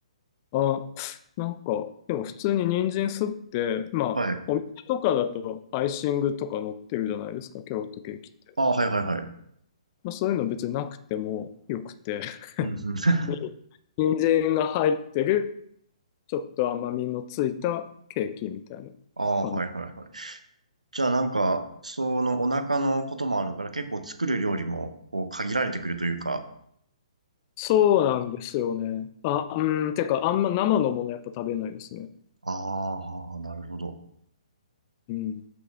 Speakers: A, on the left; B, on the right.
A: あ、なんか、でも普通に人参すって、まあ、
B: はい。
A: お店とかだとアイシングとか乗ってるじゃないですか、キャロットケーキって。
B: ああ、はいはいはい。
A: まあ、そういうの別になくてもよくて、<laughs>
B: うんうん。<laughs>
A: 人参が入ってる、ちょっと甘みのついたケーキみたいな
B: ああ、
A: 感じ。
B: はいはいはい。じゃあなんか、そのお腹のこともあるから結構作る料理もこう限られてくるというか。
A: そうなんですよね。あ、うん、てか、あんま生のものやっぱ食べないですね。
B: ああ、はあなるほど。
A: うん。